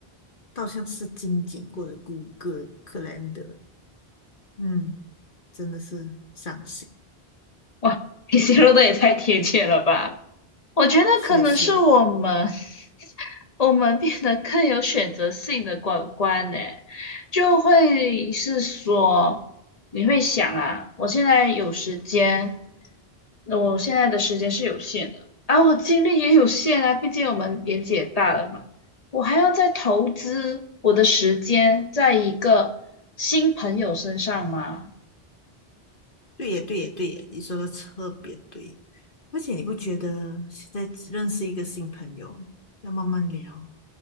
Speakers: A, on the left; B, on the left.
A: 倒像是精简过的谷歌克 a l e 嗯，真的是伤心。
B: 哇，你形容的也太贴切了吧！我觉得可能是我们
A: 谢谢。
B: <laughs> 我们变得更有选择性的管观呢，就会是说，你会想啊，我现在有时间，那我现在的时间是有限的，而我精力也有限啊，毕竟我们年纪也大了嘛，我还要再投资我的时间在一个新朋友身上吗？
A: 对耶，对耶，对耶，你说的特别对。而且你不觉得现在只认识一个新朋友，要慢慢聊，